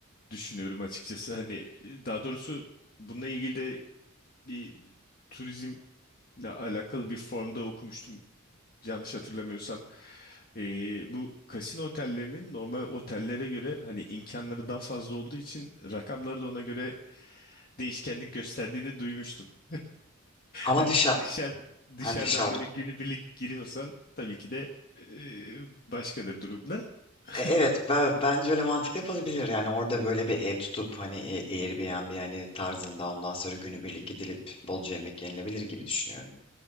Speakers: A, on the left (about 45°); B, on the left (about 30°).
A: düşünüyorum açıkçası. Hani e, daha doğrusu bununla ilgili de bir turizmle alakalı bir formda okumuştum yanlış hatırlamıyorsam. E, bu kasino otellerinin normal otellere göre hani imkanları daha fazla olduğu için rakamları da ona göre değişkenlik gösterdiğini duymuştum. <laughs>
B: Ama
A: Hani
B: dışa,
A: dışarı dışarıdan
B: ha, dışarıda.
A: böyle günübirlik giriyorsan tabii ki de e, başkadır durumda. <laughs>
B: E, Evet, ben, bence öyle mantıklı yapılabilir. Yani orada böyle bir ev tutup hani e, Airbnb hani tarzında ondan sonra günübirlik gidilip bolca yemek yenilebilir gibi düşünüyorum.